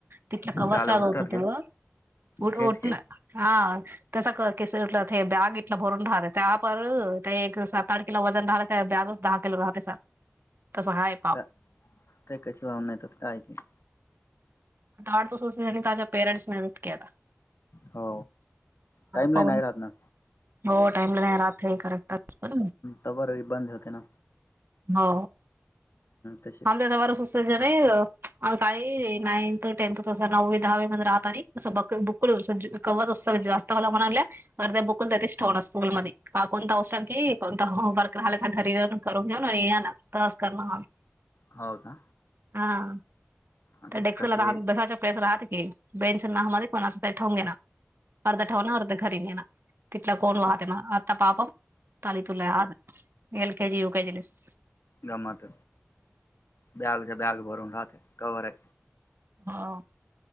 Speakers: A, on the right (about 60°); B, on the left (about 80°).
A: ते
B: त्याला उडतात गे तेच गे
A: बॅग इंला बरंड आहे त्यापर. ते एक सात आठ किलो वजन राहलं तर बॅगच दहा किलो राहते तसं आहे.
B: का ते कशी भाव नाहीेतात कायजी.
A: आड तू सोच ताज्या पेरेट् मपता.
B: हो टाइमला
A: पवन
B: नाही राहत ना.
A: हो टाइम नाही राहत. <unintelligible>
B: तवर बंद होते ना
A: हो
B: तसे
A: लं बरं सुस्यच नाही काही. नाइन थ टेंथ तसं नववी दहावी मध्ये राहत नाही तसं बक्कळ ब बुकड कव्हर जास्त म्हणाल्या तर ते बुक च देतीस. थोड स्कूल मध्ये आ कोणता औषर की कोणत होमवर्क राहिला तर घरी येऊ करून घेऊन आणि येणार. टास्क करणार
B: हो का
A: हां.
B: आता
A: त्या डेक्स
B: कसे
A: ला बेसायच्या पेस राहात की बेंच ना म कोणास तर ठावून घे ना. अर्ध ठेवण अर्ध घरी नेणार तिथला कोण
B: हम्म
A: वाहते मग आता पाप. ताली तुला या एल केेजी यु केेजी लस.
B: गमात बॅगच्या बॅग भरून राहात कवर आहे.
A: हा.